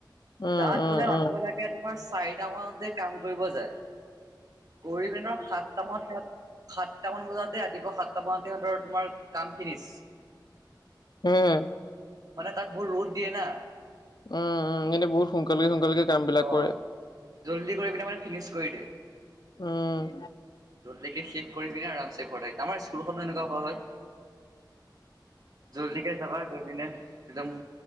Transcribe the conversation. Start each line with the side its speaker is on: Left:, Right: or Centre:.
Left: উম
Right: তাত বোলে আমি
Left: উম
Right: গলে যে তোমাৰ চাৰিটা মানত যে কাম কৰিব যায়, কৰি পিনে সাতটা মানত তাত সাতটামান বজাতে ৰাতিপুৱা সাতটামান বজাত তোমাৰ কাম ফিনিছ।
Left: হু হুম।
Right: মানে তাত বহুত ৰ'দ দিয়ে না?
Left: উম উম এনে বহুত সোনকালে সোনকালেকে কামবিলাক
Right: অ'।
Left: কৰে।
Right: জল্দি কৰি পিনে মানে ফিনিছ কৰি দিয়ে।
Left: উম।
Right: ত'লকে শেষ কৰি পিনে আ দেখতেই আমাৰ স্কুলখনো এনেকুৱা হোৱা হয়। জল্দিকে যাবা লৈ পিনে একদম